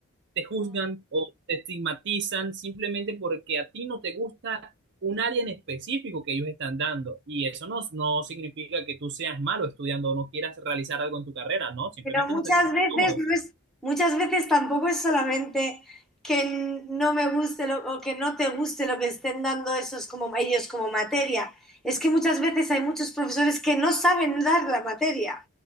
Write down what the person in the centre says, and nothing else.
Pero muchas
veces
no es, muchas veces tampoco es solamente que n- no me guste lo, o que no te guste lo que estén dando esos como ellos como materia. Es que muchas veces hay muchos profesores que no saben dar la materia,